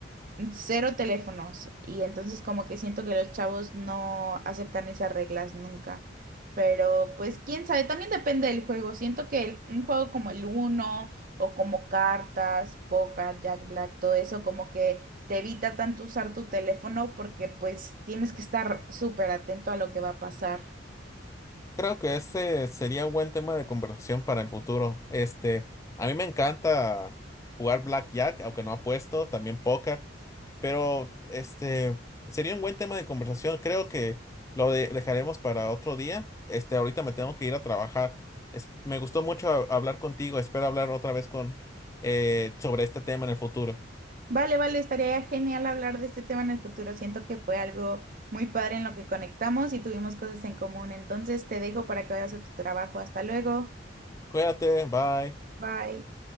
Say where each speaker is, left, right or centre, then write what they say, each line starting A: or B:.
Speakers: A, on the right; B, on the left.
A: mm, Cero teléfonos. Y entonces como que siento que los chavos no aceptan esas reglas nunca. Pero pues quién sabe, también depende del juego. Siento que el- un juego como el Uno o como cartas, Poker, Jack Black, todo eso como que te evita tanto usar tu teléfono porque pues tienes que estar súper atento a lo que va a pasar.
B: Creo que ese sería un buen tema de conversación para el futuro. Este, a mí me encanta jugar blackjack, aunque no apuesto, también póker, pero este sería un buen tema de conversación. Creo que lo de- dejaremos para otro día. Este, ahorita me tengo que ir a trabajar. Es- me gustó mucho a- hablar contigo. Espero hablar otra vez con eh, sobre este tema en el futuro.
A: Vale, vale, estaría genial hablar de este tema en el futuro. Siento que fue algo muy padre en lo que conectamos y tuvimos cosas en común. Entonces te dejo para que vayas a tu trabajo. Hasta luego.
B: Cuídate, bye.
A: Bye.